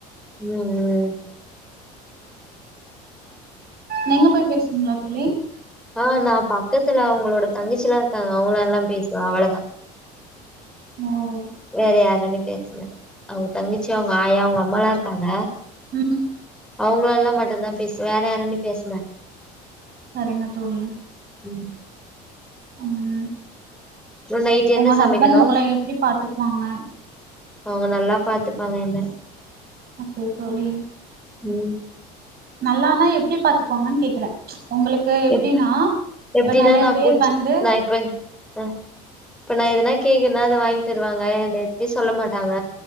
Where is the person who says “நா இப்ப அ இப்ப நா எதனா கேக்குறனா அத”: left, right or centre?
Centre